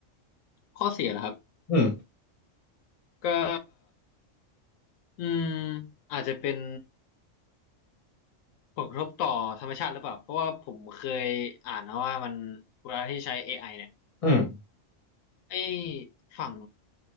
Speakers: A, on the left (about 85°); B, on the left (about 30°).
A: ข้อเสียนะครับ
B: อืม
A: ก็อืมอาจจะเป็นผลกระทบต่อธรรมชาติหรือเปล่า เพราะว่าผมเคยอ่านนะว่ามันเวลาที่ใช้ AI เนี่ย
B: อืม
A: ไอ้ฝั่ง